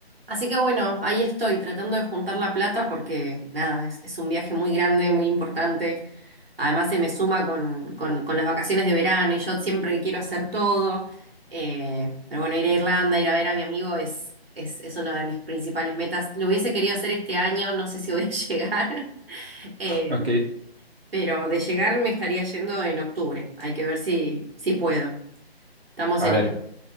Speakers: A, on the right; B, on the right.
A: Así que bueno, ahí estoy tratando de juntar la plata porque nada, es, es un viaje muy grande, muy importante. Además se me suma con, con, con las vacaciones de verano y yo siempre quiero hacer todo. Eh, pero bueno, ir a Irlanda, ir a ver a mi amigo es, es, es una de mis principales metas. Lo hubiese querido hacer este año, no sé si voy a <laughs> llegar, Eh,
B: Ok,
A: pero de llegar me estaría yendo en octubre. Hay que ver si, si puedo. Estamos
B: a
A: en
B: ver,
A: ello.